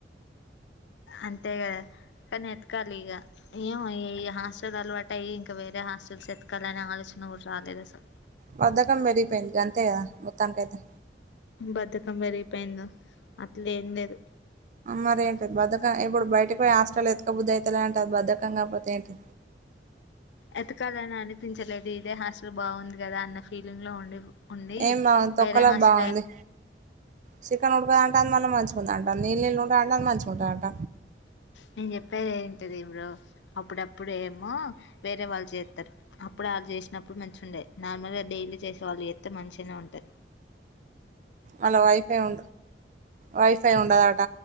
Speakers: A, on the left (about 80°); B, on the right (about 45°).
A: అంతే కదా కానీ ఎతకాలి ఇక ఏమో ఈ హాస్టల్ అలవాటు అయ్యి ఇంకా వేరే హాస్టల్స్ ఎతకాలిని ఆలోచన రు రాలేదు అసలు
B: బద్దకం పెరిగిపోయింది అంతే కదా మొత్తానికయితే
A: బద్దకం పెరిగిపోయింద అట్లే ఏం లేదు
B: మరి ఏంటి బద్దకం ఇప్పుడు బయటకి పోయి హాస్టల్ వెతుక బుద్ది అవుతలే అంటే అది బద్ధకం కాకపోతే ఏంటి
A: ఎతకాలని అనిపించలేదు ఇదే హాస్టల్ బాగుంది కదా అన్న ఫీలింగ్లో ఉండి ఉండి
B: ఏం బాగుంది తొక్కలో
A: వేరే హస్
B: బాగుంది చికెన్ ఉడకద అంట అది మన మంచిి ఉందా అంట నళ్ళ నళ్ుంటా అంట అ మింటుందంట
A: నేను చెప్పేది ఏంటిది బ్రో ఇప్పుడు అప్పుడప్పుడు ఏమో వేరే వాళ్ళు చేస్తారు అప్పుడు వాళ్ళు చేసినప్పుడు మంచి ఉండేయి నార్మల్ గా డైలీ చేసే వాళ్ళు చెస్తతే మంచిగా ఉంటయి
B: అలా వైఫై ఉ వైఫై ఉండదట